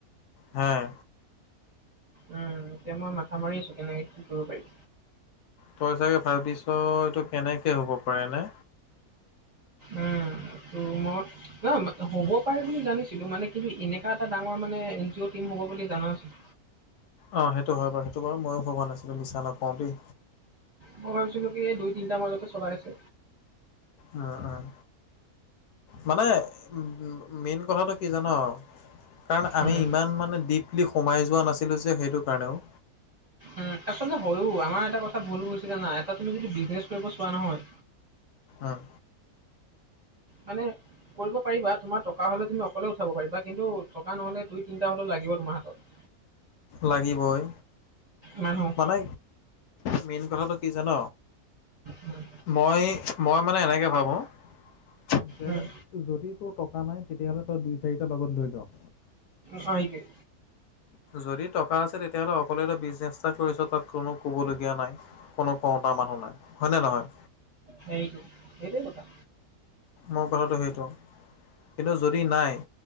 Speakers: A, on the left; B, on the right.
A: হয়।
B: উম, এতিয়া মই মাথা মাৰি আছো কেনেকে কি কৰিব পাৰি।
A: তই চাগে ভাবিছ এইটো কেনেকে হব পাৰে নে?
B: উম, সেইটো মুদ নহয় হ'ব পাৰে বুলি জানিছিলো, মানে কিন্তু এনেককা এটা ডাঙৰ মানে এন জি অ' টিম হ'ব বুলি জনা নাছিলোঁ।
A: অ, সেইটো হয় বাৰু সেইটো বাৰু ময়ো কব লৈছিলোঁ মিছা নকওঁ দেই।
B: মই ভাবিছিলো কি এই দুই তিনটা মাজতে চলাই আছে।
A: উম, উম, মানে উ মেইন কথাটো কি জান? কাৰণ আমি
B: উম,
A: ইমান মানে ডিপলি সোমাই যোৱা নাছিলোঁ যে সেইটো কাৰণেও।
B: উম, আচলতে হয় আমাৰ এটা কথা ভুল বুজি জানা এটা তুমি যদি বিজনেছ কৰিব চোৱা নহয়।
A: অ',
B: মানে? কৰিব পাৰিবা তোমাৰ টকা হ'লে তুমি অকলে উঠাব পাৰিবা কিন্তু টকা নহলে দুই তিনিটা হ'লেও লাগিব তোমাৰ হাতত।
A: লাগিবই।
B: মানুহ।
A: মানে মেইন কথাটো কি জান।
B: উম,
A: মই, মই মানে এনেকে ভাবোঁ? পিছে
B: উম,
A: যদি তোৰ টকা নাই তেতিয়াাহলে তই দুই চাৰিটা লগত লৈ ল।
B: হয়ক <unintelligible>
A: যদি টকা আ' তেতিয়'হলে অকলোৱ এটা বিজনেছ এটা কৰিছ তাত কোনো ক'বলগীয়া নাই, কোনো কওঁত মানুহ নাই হয়নে নহয়।
B: সেইটো, এইটেই কথা।
A: মোৰ কথাটো সেইটো কিন্তু যদি নাই